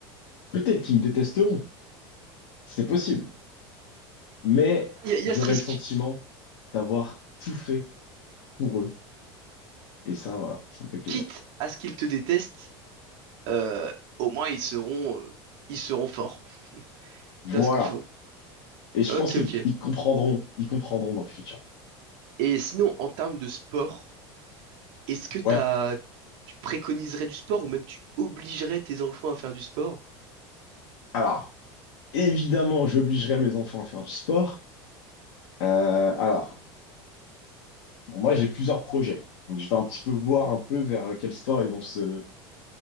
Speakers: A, on the left; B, on the right.
A: Peut-être qu'ils me détesteront, c'est possible, mais
B: Ah, Il y a il y
A: j'aurai
B: a ce risque.
A: le sentiment d'avoir tout fait pour eux. Et ça, voilà, ça me fait plaisir.
B: quitte à ce qu'ils te détestent, euh, au moins ils seront, euh, ils seront forts
A: Voilà.
B: dans ce qu'ils font.
A: Et je
B: Ok,
A: pense qu'ils
B: ok.
A: ils comprendront, ils comprendront dans le futur.
B: Et sinon, en termes de sport, est-ce que t'as,
A: Ouais.
B: tu préconiserais du sport ou même tu obligerais tes enfants à faire du sport?
A: Alors, évidemment, j'obligerai mes enfants à faire du sport. Euh, alors, bon, moi, j'ai plusieurs projets. Donc, je vais un petit peu voir un peu vers quel sport ils vont se,